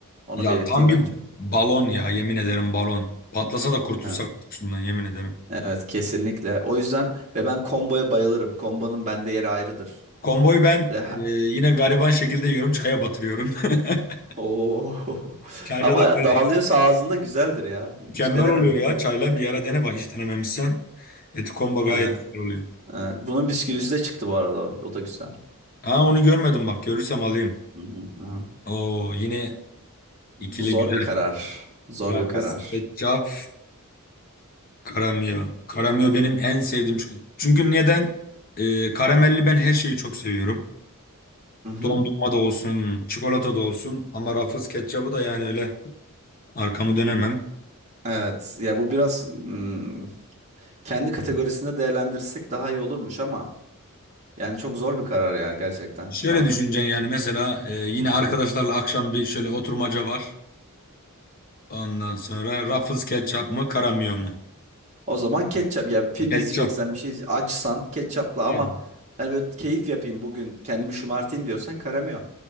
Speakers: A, on the right; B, on the left.
A: Onu
B: Ya
A: belirteyim
B: tam bir
A: önce.
B: balon ya yemin ederim balon. Patlasa da kurtulsak
A: Ha,
B: artık şundan yemin ederim.
A: Evet kesinlikle. O yüzden ve ben komboya bayılırım. Kombonun bende yeri ayrıdır.
B: Komboyu ben
A: Ve ha-
B: e, yine gariban şekilde yiyorum çaya batırıyorum. <laughs>
A: Oo. <laughs>
B: Çayla
A: Ama
B: da böyle
A: dağılıyorsa ağzında güzeldir ya.
B: mükemmel
A: Hiç denemedim
B: oluyor ya.
A: ama.
B: Çayla bir ara dene bak hiç denememişsen. Eti Combo gayet
A: Evet,
B: güzel oluyor.
A: evet. Bunun bisküvisi de çıktı bu arada. O da güzel.
B: Ha onu görmedim bak görürsem alayım.
A: Hı hı, hı
B: Oo yine ikili
A: Zor
B: güzel.
A: bir karar. Zor
B: Rafa
A: bir karar.
B: Secap, Karamio. Karamio benim en sevdiğim. ço- Çünkü neden? Ee, karamelli ben her şeyi çok seviyorum.
A: Hı hı.
B: Dondurma da olsun, çikolata da olsun. Ama Ruffles ketçabı da yani öyle arkamı dönemem.
A: Evet ya bu biraz hmm, kendi kategorisinde değerlendirirsek daha iyi olurmuş ama yani çok zor bir karar ya gerçekten
B: Şöyle
A: şu an.
B: düşüneceksin yani mesela e, yine arkadaşlarla akşam bir şöyle oturmaca var. Ondan sonra Ruffles ketçap mı, Karamio mu?
A: O zaman ketçap ya film
B: Ketçap.
A: izleyeceksen bir şey izle- açsan ketçapla
B: Aynen.
A: ama hani böyle keyif yapayım bugün kendimi şımartayım diyorsan karamıyor.